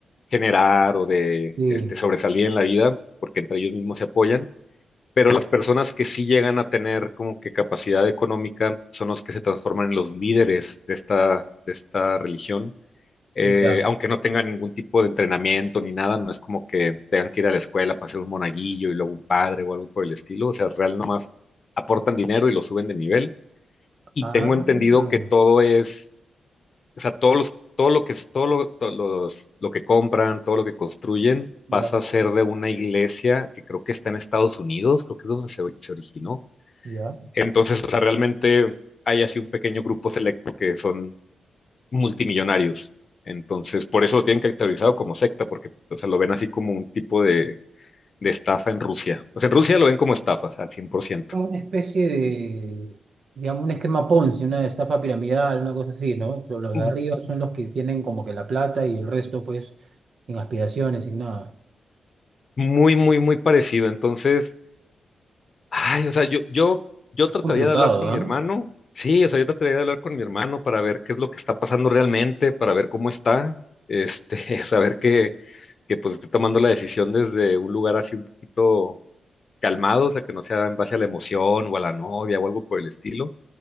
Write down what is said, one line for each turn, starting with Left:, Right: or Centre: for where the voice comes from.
Left: generar o de
Right: Sí,
Left: este, sobresalir en la vida, porque entre ellos mismos se apoyan pero las personas que sí llegan a tener como que capacidad económica son los que se transforman en los líderes de esta, de esta religión, Eh,
Right: ya.
Left: aunque no tengan ningún tipo de entrenamiento ni nada, no es como que tengan que ir a la escuela para ser un monaguillo y luego un padre o algo por el estilo, o sea, real nomás aportan dinero y lo suben de nivel. Y
Right: Ah,
Left: tengo entendido que todo es, o sea, todos los, todo lo que es, todo lo, to- los- lo que compran, todo lo que construyen,
Right: ya,
Left: pasa a ser de una iglesia que creo que está en Estados Unidos, creo que es donde se, se originó
Right: ya.
Left: entonces, o sea, realmente hay así un pequeño grupo selecto que son multimillonarios. Entonces, por eso lo tienen caracterizado como secta, porque, o sea, lo ven así como un tipo de, de estafa en Rusia. O sea, en Rusia lo ven como estafas al 100%.
Right: Como una especie de, digamos, un esquema Ponzi, una estafa piramidal, una cosa así, ¿no? So, Los de
Left: Mm,
Right: arriba son los que tienen como que la plata y el resto, pues, sin aspiraciones, sin nada.
Left: Muy, muy, muy parecido. Entonces, ay, o sea, yo, yo, yo
Right: Qué
Left: trataría
Right: complicado,
Left: de hablar con
Right: ¿ah?
Left: mi hermano. Sí, o sea, yo trataría de hablar con mi hermano para ver qué es lo que está pasando realmente, para ver cómo está, este, <laughs> saber que, que pues esté tomando la decisión desde un lugar así un poquito calmados, a que no sea en base a la emoción o a la novia o algo por el estilo.